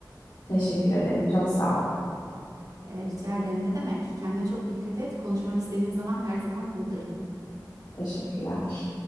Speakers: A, on the left; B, on the right.
A: Teşekkür ederim. Çok sağ ol.
B: E, rica ederim. Ne demek? Kendine çok dikkat et. Konuşmak istediğin zaman her zaman buradayım.
A: Teşekkürler.